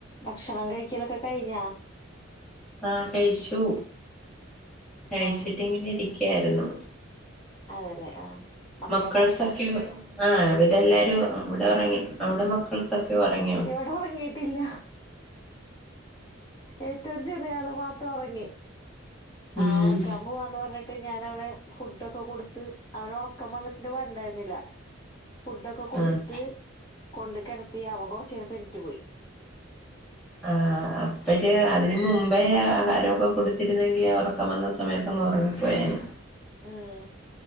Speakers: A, on the left (about 20°); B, in the centre.
A: ഭക്ഷണം കഴിക്കലൊക്കെ കഴിഞ്ഞാ?
B: ആഹ് കഴിച്ചു. കഴിച്ചിട്ടിങ്ങനെ
A: ആഹ്
B: ഇരിക്കായിരുന്നു
A: അതല്ലേ ആഹ് മക്കളൊക്കെ
B: മക്കൾസൊക്കെ
A: ഒറങ്ങിയാ
B: ആഹ് ഇവിടെ എല്ലാരും അവിടെ ഉറങ്ങി അവിടെ സൊക്കെ ഉറങ്ങിയാ
A: ഇവിടെ ഒറങ്ങിയിട്ടില്ല ഏറ്റവും ചെറിയ ആള് മാത്രം ഉറങ്ങി.
B: ഉം
A: ആ ഉറക്കാൻ പോവാന്ന് പറഞ് ട്ട് ഞാൻ അവന് ഫുഡഒക്കെ കൊടുത്ത് അവന ഉറക്കം വന്നിട്ട് വണ്ടായിരുന്നില്ല ഫുഡൊക്കെ കൊടുത്ത്
B: ആഹ്
A: കൊണ്ട് കിടത്തി അവൻ കൊറച് പെന്നിറ്റു പോയി
B: ആഹ് അപ്പോഴ് അതിന് മുമ്പേ ആഹാരമൊക്കെ കൊടുത്തിരുന്നെങ്കിൽ ഉറക്കം വന്ന സമയത്തി അങ്ങ് ഉറങ്ങിപ്പോയേനെ
A: ഉം